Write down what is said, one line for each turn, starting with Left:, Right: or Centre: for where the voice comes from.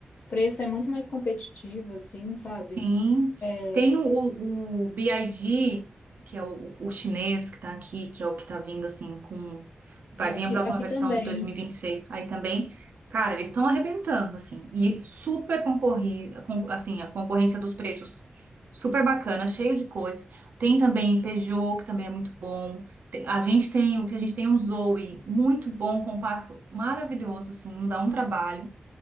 Left: Preço é muito mais competitivo, assim, sabe?
Right: Sim,
Left: É,
Right: tem o, o o BID, que é o, o chinês que está aqui, que é o que está vindo assim com vai
Left: é, aqui,
Right: vir a próxima
Left: aqui
Right: versão
Left: também.
Right: de dois mil e e vinte e seis Aí também, cara, eles estão arrebentando assim e super concorrido, assim, a concorrência dos preços super bacana, cheio de coisas. Tem também Peugeot, que também é muito bom. Tem- A gente tem o que a gente tem é um Zoe, muito bom, compacto, maravilhoso, assim, não dá um trabalho.